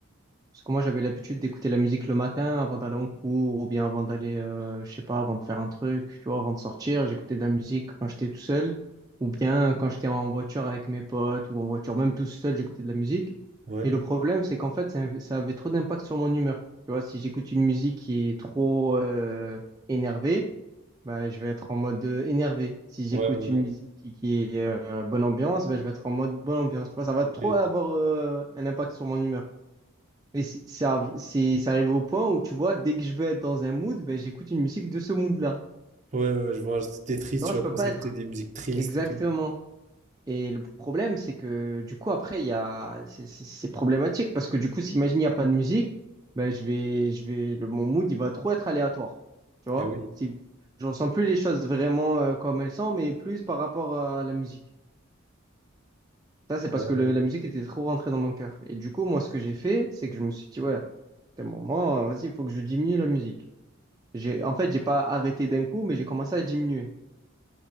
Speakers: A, on the right; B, on the right.
A: Parce que moi, j'avais l'habitude d'écouter la musique le matin avant d'aller en cours ou bien avant d'aller, euh, je sais pas, avant de faire un truc, tu vois, avant de sortir. J'écoutais de la musique quand j'étais tout seul ou bien quand j'étais en voiture avec mes potes ou en voiture, même tout seul, j'écoutais de la musique.
B: Ouais.
A: Et le problème, c'est qu'en fait, ça, ça avait trop d'impact sur mon humeur. Tu vois, si j'écoute une musique qui est trop euh, énervée, bah, je vais être en mode euh, énervé. Si
B: Ouais,
A: j'écoute
B: ouais,
A: une
B: ouais.
A: musique qui, qui est euh, bonne ambiance, bah, je vais être en mode bonne ambiance. Tu vois, ça va
B: Ok.
A: trop avoir euh, un impact sur mon humeur. Et c'est c'est av- c'est- c'est arrivé au point où, tu vois, dès que je veux être dans un mood, ben, j'écoute une musique de ce mood-là.
B: Ouais, ouais, je vois. C'était triste,
A: Non,
B: tu
A: je
B: vas
A: peux
B: commencer
A: pas
B: à
A: être.
B: écouter des musiques tristes
A: Exactement.
B: et tout.
A: Et le problème, c'est que, du coup, après, il y a... c'est c'est- c'est problématique parce que, du coup, s'imagine, il n'y a pas de musique, ben, je vais, je vais... le- mon mood, il va trop être aléatoire. Tu vois?
B: Ah oui.
A: C'est... Je ressens plus les choses vraiment euh, comme elles sont, mais plus par rapport à la musique. Ça, c'est parce
B: Ouais,
A: que le-
B: ouais.
A: la musique était trop rentrée dans mon cœur. Et du coup, moi, ce que j'ai fait, c'est que je me suis dit, ouais, d'un moment, euh, vas-y, il faut que je diminue la musique. J'ai, en fait, j'ai pas arrêté d'un coup, mais j'ai commencé à diminuer.